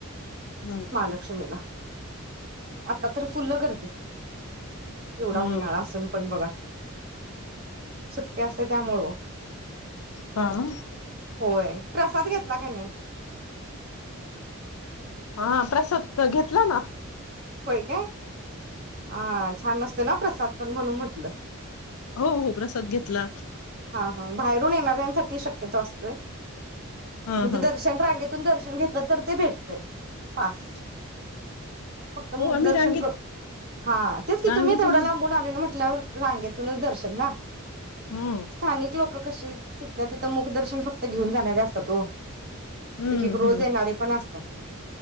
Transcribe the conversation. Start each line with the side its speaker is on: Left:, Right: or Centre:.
Left: हम्म
Right: महालक्ष्मीला आता तर फुल्ल गर्दी उन्हाळा
Left: हम्म
Right: असून पण बघा सुट्टी असते, त्यामुळ ओ
Left: हा मग
Right: होय प्रसाद घेतला का नही.
Left: हा आ प्रसाद घेतला ना
Right: होय काय हा छान अस तना प्रसाद पण म्हणून म्हटलं
Left: हो हो प्रसाद घेतला.
Right: हा हा बाहेरून येणाऱ्यांसाठी शक्यतो असतोय.
Left: हा
Right: म्हणजे
Left: हा
Right: दर्शन रांगेत आतून दर्शन घेतलं तर ते भेटतय पास फक्त मुखदर्शन
Left: हो आम्ही रांगेत
Right: कर हा तेच की
Left: रांगेतूनच
Right: तुम्ही तेवढ्या लांबून आलेलं हा तल्यावर रांगेतूनच दर्शन ना
Left: हम्म
Right: स्थानिक लोक कशी तिथल्या तिथं मुखदर्शन फक्त घेऊन जाणारी असत्यात ओ
Left: हम्म
Right: एक एक रोज
Left: हम्म
Right: येणारे पण असतात.